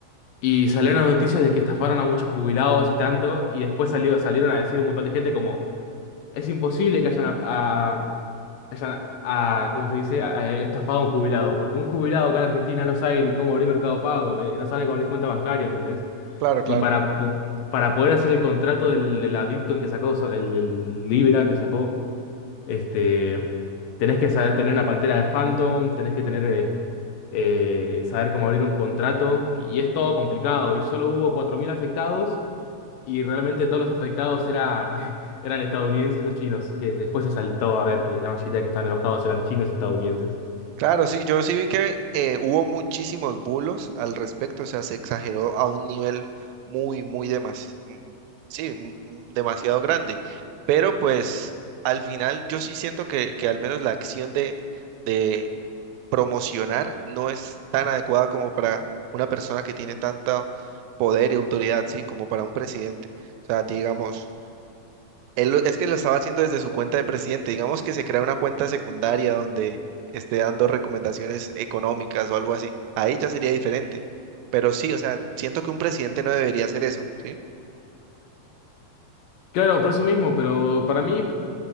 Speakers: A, on the left (about 75°); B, on the right (about 85°).
A: Y salieron las noticias de que estafaron a muchos jubilados y tanto. Y después salió, salieron a decir un montón de gente como, es imposible que hayan a- hayan, a, ¿cómo se dice?, a- a- estafado a un jubilado. Porque un jubilado acá en Argentina no sabe ni cómo abrir Mercado Pago, eh, no sabe cómo abrir cuenta bancaria, ¿entendés?
B: Claro, claro.
A: Y para, po- para poder hacer el contrato del, del adicto en que sacó, so- el, el Libra que sacó, este, tenés que saber tener una pantera de Phantom, tenés que tener, eh, eh, saber cómo abrir un contrato. Y es todo complicado. Y solo hubo 4.000 afectados. Y realmente todos los afectados eran, <laughs> eran estadounidenses o chinos, que después se saltó a ver que la mayoría que estaban enojados eran chinos y estadounidenses.
B: Claro, sí, yo sí vi que eh, hubo muchísimos bulos al respecto, o sea, se exageró a un nivel muy, muy demasiado, sí, mu- mu- demasiado grande, pero pues al final yo sí siento que, que al menos la acción de, de promocionar no es tan adecuada como para una persona que tiene tanto poder y autoridad, sí, como para un presidente. O sea, digamos... Él lo- es que lo estaba haciendo desde su cuenta de presidente. Digamos que se crea una cuenta secundaria donde esté dando recomendaciones económicas o algo así. Ahí ya sería diferente. Pero sí, o sea, siento que un presidente no debería hacer eso, ¿sí?
A: Claro, por eso mismo, pero para mí